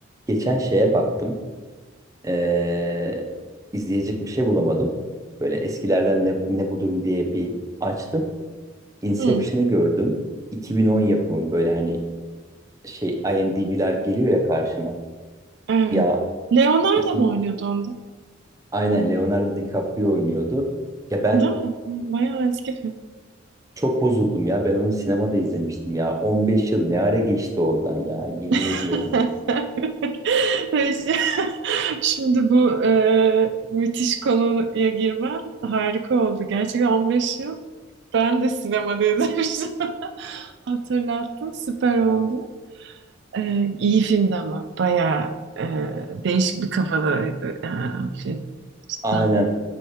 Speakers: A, on the right; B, on the right.
A: Geçen şeye baktım. Ee, izleyecek bir şey bulamadım. Böyle eskilerden ne, ne bu durum diye bir açtım. Inception'ı
B: Hı,
A: gördüm. 2010 yapımı böyle hani şey IMDb'ler geliyor ya karşına.
B: evet.
A: Ya
B: Leonardo
A: iki,
B: mu oynuyordu onda?
A: aynen Leonardo DiCaprio oynuyordu. Ya ben
B: Değil mi? Hı, Bayağı eski film.
A: çok bozuldum ya. Ben onu sinemada izlemiştim ya. 15 yıl ne ara geçti oradan ya yemin
B: <laughs>
A: ediyorum.
B: Neyse. Şimdi bu e, müthiş konuya girmen harika oldu. Gerçekten 15 yıl ben de sinemada izlemiştim. <laughs> Hatırlattın, süper oldu. E, iyi filmdi ama bayağı e, değişik bir kafadaydı yani film. Cidden.
A: Aynen